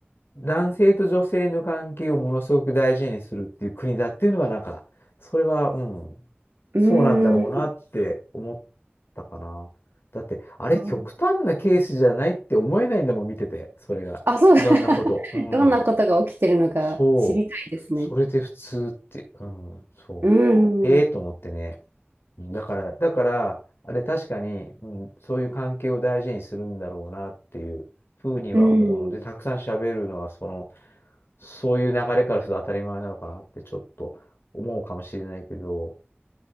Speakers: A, on the left; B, on the right.
A: 男性と女性の関係をものすごく大事にするっていう国だっていうのは、なんか、それは、うん、
B: うん
A: そうなんだろうなって思ったかな。だって、あれ、
B: そう
A: 極端なケースじゃないって思えないんだもん、見てて、それが。
B: あ、そう、
A: いろんなこと。
B: <laughs>
A: うん。
B: どんなことが起きてるのか知りたいですね。
A: そう。それで普通って、うん、そ
B: うん、
A: う。へえと思ってね。うんだから、だから、あれ確かに、うん、そういう関係を大事にするんだろうなっていうふうには思うので、
B: うん、
A: たくさん喋るのはその、そういう流れからすると当たり前なのかなってちょっと思うかもしれないけど、